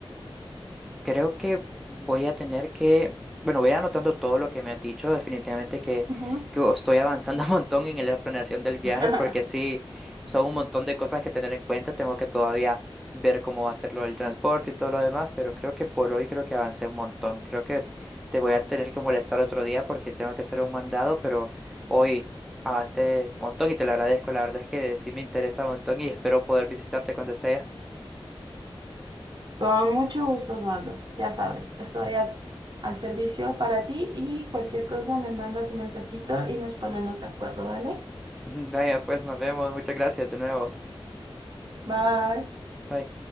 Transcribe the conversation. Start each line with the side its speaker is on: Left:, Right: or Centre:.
Centre: Creo que voy a tener que, bueno, voy anotando todo lo que me has dicho, definitivamente que,
Right: Ujú.
Centre: que estoy avanzando <laughs> un montón en la planeación del viaje,
Right: <laughs>
Centre: porque sí, son un montón de cosas que tener en cuenta, tengo que todavía ver cómo va a ser lo del transporte y todo lo demás, pero creo que por hoy creo que avancé un montón, creo que te voy a tener que molestar otro día porque tengo que hacer un mandado, pero hoy avancé un montón y te lo agradezco, la verdad es que sí me interesa un montón y espero poder visitarte cuando sea.
Right: Con mucho gusto, Osvaldo. Ya sabes, estoy a- al servicio para ti y cualquier cosa me mandas un mensajito y nos ponemos de acuerdo, ¿vale?
Centre: <laughs> Vaya, pues nos vemos, muchas gracias de nuevo.
Right: Bye.
Centre: Bye.